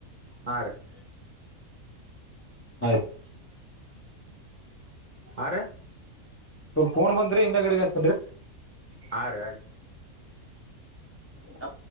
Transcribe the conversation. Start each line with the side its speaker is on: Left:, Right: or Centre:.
Right: ಹಾ ರೀ
Left: ಆಯ್ತು
Right: ಹಾ ರೀ
Left: ಸ್ವಲ್ಪ ಕೋಡ್ ಬಂದ್ರೆ ಹಿಂದ ಕಡೆಗಷ್ಟ
Right: ಹಾ ರೀ ಆರಿ
Left: ಹ